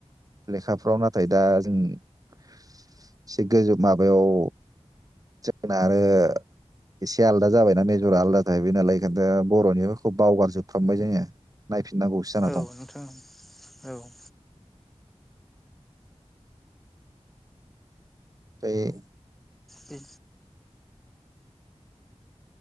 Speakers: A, on the right; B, in the centre.
A: लेखाफ्राव नाथाय दा जों एसे गोजौ माबायाव जोंना आरो एसे आलदा जाबायना मेजरा आलादा थाहैबाय नालाय ओंखायनथ' बर'निखौबो बावगारजोबफ्रामबाय जोङो नाय फिननांगौ सो जाना
B: औ
A: दं।
B: नोंथां औ ओ।
A: फ्राय
B: बे